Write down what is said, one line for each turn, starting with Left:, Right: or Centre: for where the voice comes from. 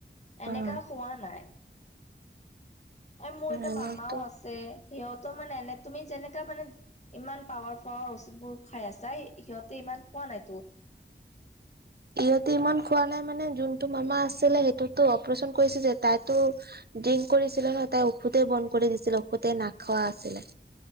Left: এনেকাও
Right: উম।
Left: খোৱা নাই। এ মোৰ এতিটা
Right: আমাৰতো
Left: মামাও আছে সিহঁতও মানে এনে তুমি যেনেকা মানে। ইমান পাৱাৰ ফাৱাৰ ঔষধবোৰ খাই আছা সিহঁতে ইমান খোৱা নাইতো। <inaudible>
Right: ইহঁতে ইমান খোৱা নাই মানে যোনটো মামা আছিলে সেইটোতো অপাৰচন কৰিছে যে তাইতো। ড্ৰিংক কৰিছিলে ন তাই ঔষধতে বন্ধ কৰি দিছিলে ঔষধতে নাখোৱা আছিলে।